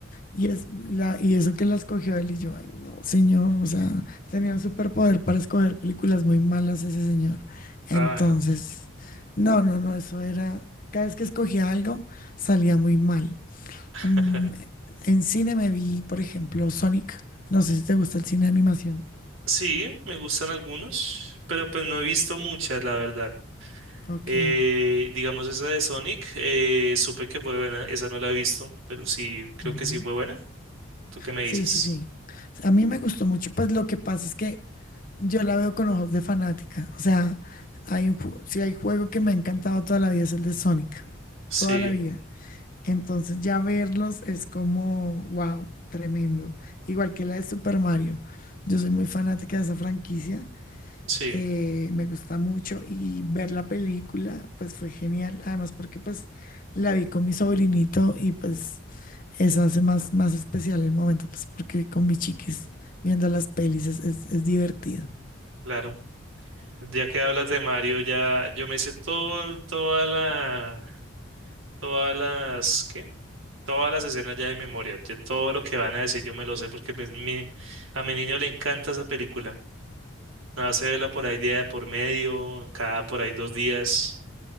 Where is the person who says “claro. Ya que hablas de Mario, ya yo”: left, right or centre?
Right